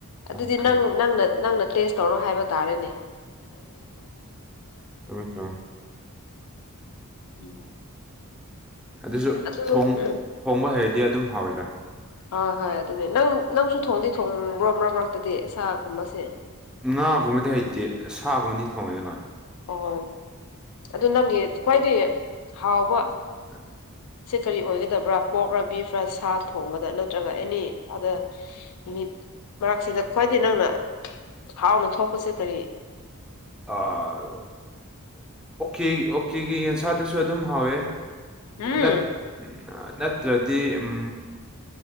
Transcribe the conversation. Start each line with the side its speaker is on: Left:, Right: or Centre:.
Left: ꯑꯗꯨꯗꯤ
Centre: ꯑꯣꯀꯦ
Left: ꯅꯪ ꯅꯪꯅ ꯅꯪꯅ ꯇꯦꯁ ꯇꯧꯔ ꯍꯥꯏꯕ ꯇꯥꯔꯦꯅꯦ
Centre: ꯆꯨꯝꯃꯦ ꯆꯨꯝꯃꯦ
Left: <unintelligible> <unintelligible>
Centre: ꯑꯗꯨꯁꯨ
Left: ꯑꯗꯨ
Centre: ꯊꯣꯡ
Left: ꯎꯝ
Centre: ꯊꯣꯡꯕ ꯍꯩꯔꯗꯤ ꯑꯗꯨꯝ ꯍꯥꯎꯔꯦꯗ
Left: ꯍꯣꯏ ꯍꯣꯏ ꯑꯗꯨꯅꯦ ꯅꯪ ꯅꯪꯁꯨ ꯊꯣꯡꯗꯤ ꯊꯣꯡꯕ꯭ꯔꯣ ꯃꯔ꯭ꯛ ꯃꯔꯛꯇꯗꯤ ꯁꯥꯒꯨꯝꯕꯁꯦ
Centre: ꯉꯥꯒꯨꯝꯕꯗꯤ ꯍꯩꯇꯦ ꯁꯥꯒꯨꯝꯕꯗꯤ ꯊꯣꯡꯉꯦ ꯍꯣꯏ
Left: ꯑꯣ ꯑꯗꯨ ꯅꯪꯒꯤ ꯈ꯭ꯋꯥꯏꯗꯩ ꯍꯥꯎꯕ
Centre: <unintelligible>
Left: ꯁꯤ ꯀꯔꯤ ꯑꯣꯏꯒꯗꯕ꯭ꯔꯥ ꯄꯣꯛ꯭ꯔꯥ ꯕꯤꯐ꯭ꯔꯥ ꯁꯥ ꯊꯣꯡꯕꯗ ꯅꯠꯇ꯭ꯔꯒ ꯑꯦꯅꯤ ꯑꯗ ꯃꯤꯠ ꯃꯔꯛꯁꯤꯗ ꯈ꯭ꯋꯥꯏꯗꯩ ꯅꯪꯅ ꯍꯥꯎꯅ ꯊꯣꯛꯄꯁꯦ ꯀꯔꯤ
Centre: ꯑ ꯑꯣ ꯑꯣꯀꯦ ꯑꯣꯀꯦꯒꯤ ꯌꯦꯟꯁꯥꯗꯨꯁꯨ ꯑꯗꯨꯝ ꯍꯥꯎꯋꯦ
Left: ꯎꯝ
Centre: ꯅꯠ ꯅꯠ ꯇ꯭ꯔꯗꯤ ꯎꯝ